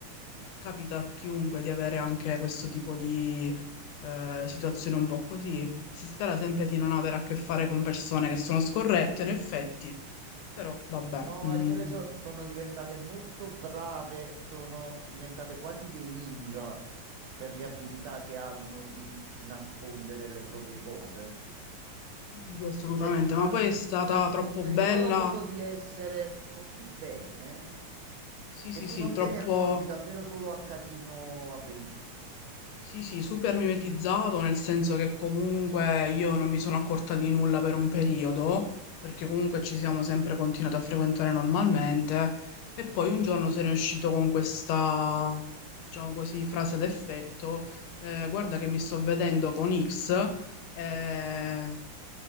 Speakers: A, on the left; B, on the right.
A: capita a chiunque di avere anche questo tipo di eh, situazione un po' così. Si spera sempre di non avere a che fare con persone che sono scorrette, in effetti, però vabbè,
B: No,
A: mm,
B: e quelle so- sono diventate molto brave, sono diventate quasi dei ninja per le abilità che hanno di nascondere le proprie cose.
A: sì, sì, sì, assolutamente.
B: Cioè, ti fa...
A: Ma poi è stata
B: nascondono
A: troppo bella.
B: il loro modo di essere così bene
A: Sì,
B: che
A: sì,
B: tu
A: sì,
B: non
A: troppo.
B: te ne accorgi davvero solo a casino avvenuto.
A: Sì, sì, super mimetizzato, nel senso che comunque io non mi sono accorta di nulla per un periodo, perché comunque ci siamo sempre continuati a frequentare normalmente, e poi un giorno se ne è uscito con questa, diciamo così, frase d'effetto, eh, guarda che mi sto vedendo con X, eh,